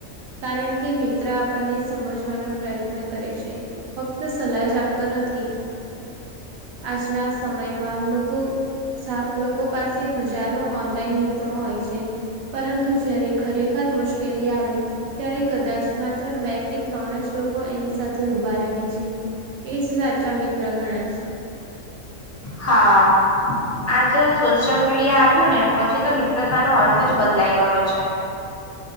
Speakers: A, on the right (about 90°); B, on the left (about 15°).
A: કારણ કે મિત્ર આપણને સમજવાનો પ્રયત્ન કરે છે ફક્ત સલાહ જ આપતો નથી આજના સમય માં લોકો સાફ લોકો પાસે હજારો ઓનલાઈન મિત્રો હોય છે પરંતુ જયારે ખરેખર મુશ્કેલી આવે ત્યારે કદાચ માત્ર બે કે ત્રણ જ લો કો એની સાથે ઊભા રહે છે એજ સાચા મિત્ર ગણાય છે
B: હા આ જે સોશિયલ મીડિયા આવ્યું ને પછી તો મિત્રતા નો અર્થ જ બદલાઈ ગયો છે